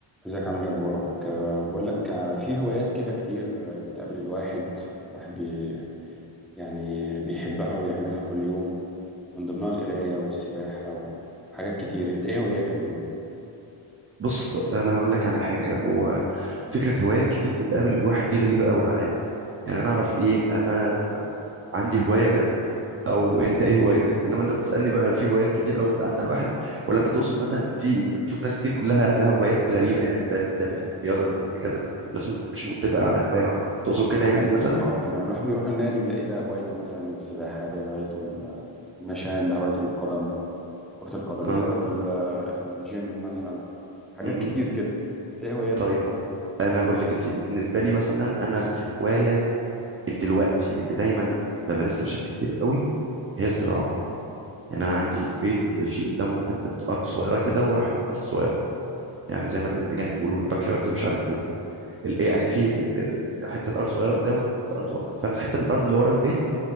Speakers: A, in the centre; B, on the right (about 30°).
A: ازيك عامل ايه اخبارك أه، بقول لك أه، في هوايات كده كتير بتقابل الواحد الواحد بي يعني بيحبها ويعملها كل يوم من ضمنها القرايه والسباحه وحاجات كتير انت ايه هواياتك اليومين دول
B: بص انا هقول لك على حاجه هو فكره هوايات كتير بتقابل الواحد دي غريبه قوي عليا يعني انا اعرف ايه انا عندي هوايه كذا او انت ايه هوايتك انما انت بتسالني بقى في هوايات كتير قوي بتعدي على الواحد ولا انت تقصد مثلا ان في انت بتشوف ناس كتير كلها لها هوايات غريبه يعني ده ده بيحب الرياضه ده بيحب كذا الناس مش مش متفقه على هوايه واحده تقصد كده
A: تمام.
B: يعني مثلا
A: اه تمام الواحد بيروح النادي بيلاقي ده هوايته مثلا السباحه ده هوايته ال- النشان ده هوايته القدم كره القدم
B: اه
A: ده هوايته ال- الجيم مثلا حاجات
B: م -م.
A: كتير كده انت ايه هواياتك
B: طيب
A: طيب
B: انا اقول لك يا سيدي بالنسبه لي مثلا انا الهوايه اللي دلوقتي اللي دايما بمارسها بشكل كتير قوي هي الزراعه يعني انا عندي البيت في قدامه حته ارض صغيره كده وراحت ارض صغيره يعني زي ما الاجانب بيقولوا الباك يارد مش عارف وال... ال... إيه يعني في ال- حته ارض صغيره قدامه وحته ارض ورا فانا الحته الارض اللي ورا البيت